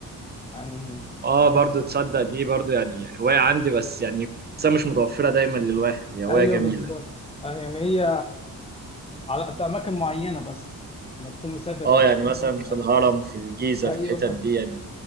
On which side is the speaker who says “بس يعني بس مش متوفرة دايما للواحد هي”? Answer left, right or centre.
Right